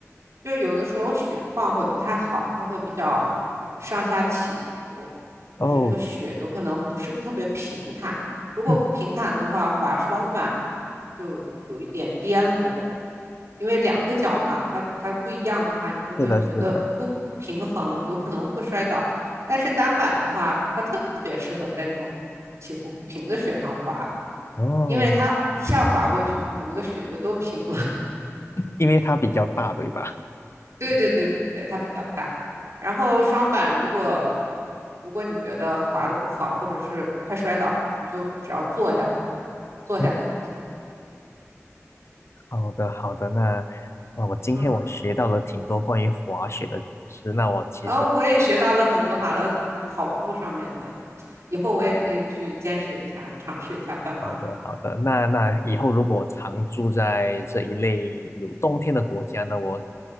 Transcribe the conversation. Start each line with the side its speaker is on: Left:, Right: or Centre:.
Right: 就有的时候雪况会不太好，它会比较呃上下起伏，
Left: 哦，
Right: 就是那个雪有可能不是特别平坦。如果不平坦的话，
Left: 嗯，
Right: 滑双板就有一点颠簸，因为两个脚嘛，它它不一样的话，你就会觉得不不平衡，
Left: 是的，是的，
Right: 有可能会摔倒。但是单板的话，它特别适合在这种起伏不平的雪上滑，
Left: 哦，
Right: 因为它一下滑过去以后，那个雪就都平了。<laughs>
Left: 因为它比较大，对吧？
Right: 对对对对对，它比较大。然后双板如果如果你觉得滑的不好，或者是快摔倒了，你就只要坐下就好了，坐下它就停了。
Left: 嗯。好的，好的。那啊，我今天我学到了挺多关于滑雪的知识。
Right: 嗯，
Left: 那我其实
Right: 然后我也学到了很多马拉松就是跑步上面的，以后我也可以去坚持一下，尝试一下半马。
Left: 好的，好的。那那以后如果我常住在这一类有冬天的国家呢，我